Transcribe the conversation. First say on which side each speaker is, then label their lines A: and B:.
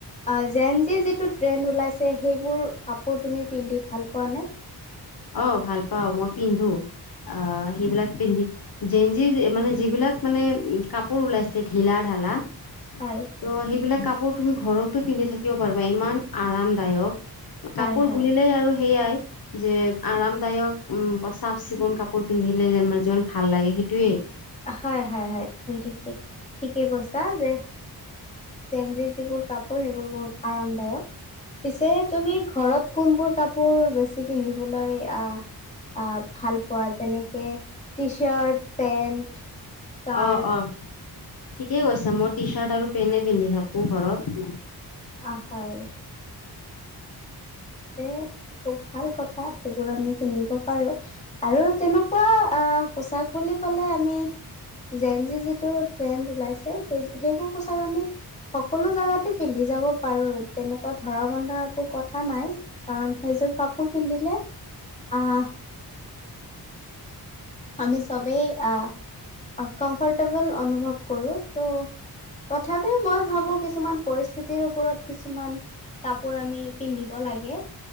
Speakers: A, on the left (about 15°); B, on the left (about 60°).
A: আ জেনজি যিটো ট্ৰেণ্ড ওলাইছে সেইবোৰ কাপোৰ তুমি পিন্ধি ভাল পোৱা নে?
B: অঁ, ভাল পাওঁ, মই পিন্ধো আহ সেইবিলাক পিন্ধি জেঞজি মানে যিবিলাক মানে কাপোৰ ওলাইছে ঢিলা ঢালা ত'
A: হয়
B: সেইবিলাক কাপোৰ তুমি ঘৰতো পিন্ধি থাকিব পাৰিবা, ইমান আৰামদায়ক।
A: হয়
B: কাপোৰ
A: হয়।
B: বুলিলেই আৰু সেইয়াই যে আৰামদায়ক, উম, চাফ-চিকুণ কাপোৰ পিন্ধিলে যেন যিমান ভাল লাগে, সেইটোৱেই।
A: হয়, হয়, হয়। তুমি ঠিকে, ঠিকে কৈছা, যে জেন জিৰ যিবোৰ কাপোৰ, সেইবোৰ বহুত আৰামদায়ক। পিছে, তুমি ঘৰত কোনবোৰ কাপোৰ বেছি পিন্ধিবলৈ আ আ, ভাল পোৱা যেনেকে টি চাৰ্ট, পেন্ট স্কাৰ্ট
B: অ, অ। ঠিকে কৈছা, মই টি চাৰ্ট আৰু পেণেই পিন্ধি থাকোঁ ঘৰত।
A: আ, হয়। পিছে খুব ভাল কথা, সেইবোৰ আমি পিন্ধিব পাৰোঁ। আৰু তেনোকুৱা আহ, পোছাক বুলি ক'লে আমি জেন জি যিটো ট্ৰেণ্ড ওলাইছে, সেই সেইবোৰ পোছাক আমি সকলো জাগাতে পিন্ধি যাব পাৰোঁ, তেনেকুৱা ধৰা বন্ধাৰ আকো ক'ত থা নাই, কাৰণ সেইযোৰ কাপোৰ পিন্ধিলে, আহ আমি চবেই আ, আ কমফৰ্টেবল অনুভৱ কৰোঁ, ত তথাপিও মই ভাবোঁ কিছুমান পৰিস্থিতিৰ ওপৰত, কিছুমান কাপোৰ আমি পিন্ধিব লাগে।